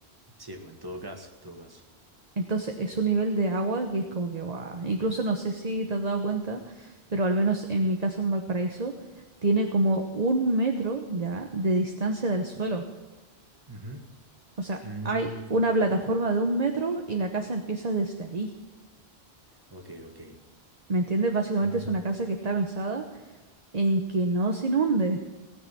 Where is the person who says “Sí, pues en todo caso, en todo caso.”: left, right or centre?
Right